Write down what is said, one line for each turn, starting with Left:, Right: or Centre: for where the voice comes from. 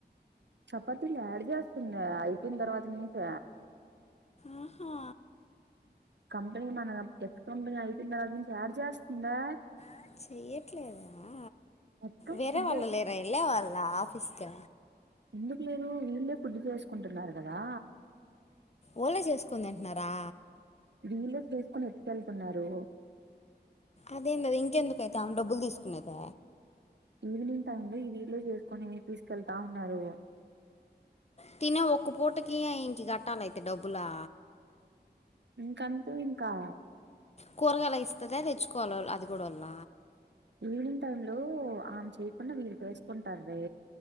Right: చపాతీలు యాడ చేస్తుంది అయిపోయిన తర్వాత నుంచి
Left: ఆహా
Right: కంపెనీ మన ఎక్స్ కంపెనీ అయిపోయినా తర్వాత నుంచి యాడ చేస్తుందే
Left: ఆ చెయ్యట్లేదా
Right: మొత్తం
Left: వేరే
Right: ఫుడ్డే
Left: వాళ్ళు లేరా ఎళ్ళే వాళ్ళా ఆఫీస్‌కి
Right: ఎందుకు లేరు వీళ్ళే ఫుడ్డు చేసుకుంటున్నారు కదా
Left: ఓలే చేసుకొని తింటున్నారా
Right: వీళ్ళే చేసుకుని ఎతుకెళ్తున్నారు
Left: అదేందది ఇంకెందుకైతే ఆమె డబ్బులు తీసుకునేది
Right: ఈవినింగ్ టైమ్‌లో ఈ వీళ్లే చేసుకుని తీసుకెళ్తా ఉన్నారు
Left: తినే ఒక్క పూటకి ఇంటి కట్టాలయితే డబ్బులా
Right: ఇంకంతే ఇంకా
Left: కూరగాయలు ఇస్తాద తెచ్చుకోవాల అది కూడా వల్ల
Right: ఈవినింగ్ టైమ్‌లో ఆమె చేయకుండా వీళ్ళు చేసుకుంటార్రే